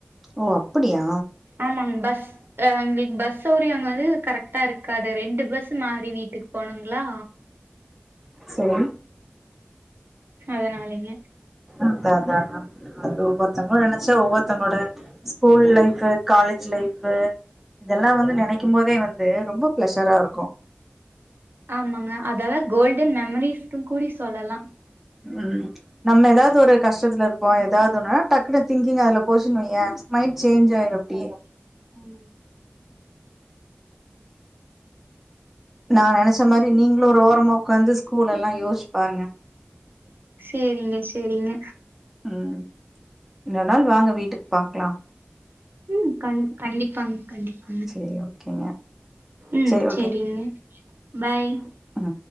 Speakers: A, in the centre; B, on the right.
A: ஓ அப்புடியா
B: ஆமாங்க பஸ் எங்களுக்கு பஸ் சௌரியங்கது கரெக்ட்டா இருக்காது ரெண்டு பஸ் மாறி வீட்டுக்கு போணுங்களா
A: சரி
B: அதுனாலிங்க
A: அதா தா தா அது ஒவ்வொருத்தங்க நினைச்சா ஒவ்வொருத்தங்கோட ஸ்கூல் லைஃப் காலேஜ் லைஃப் இதல்லா வந்து நினைக்கும் போதே வந்து ரொம்ப பிளஷரா ருக்கும்
B: ஆமாங்க அதெல்லா கோல்டன் மெமரீஸ்ன் கூடி சொல்லலா
A: ம் நம்ம ஏதாது ஒரு கஷ்டத்துல இருப்போம் ஏதாதுன்னு டக்குனு திங்கிங் அதுல போச்சுன்னு வையே மைண்ட் சேஞ்சாயிடும் அப்டியே
B: ஆமா மா
A: நா நினைச்ச மாரி நீங்களும் ஒரு ஓரமா ஒக்காந்து வந்து ஸ்கூல் ல்லாம் யோச்சு பாருங்க
B: சேரிங்க சேரிங்க
A: ம் இன்னோர் நாள் வாங்க வீட்டுக்கு பாக்கலா
B: ம் கண் கண்டிப்பாங்க கண்டிப்
A: சேரி ஓகேங்க
B: ம்
A: சேரி
B: சரிங்க பாய்
A: ஆ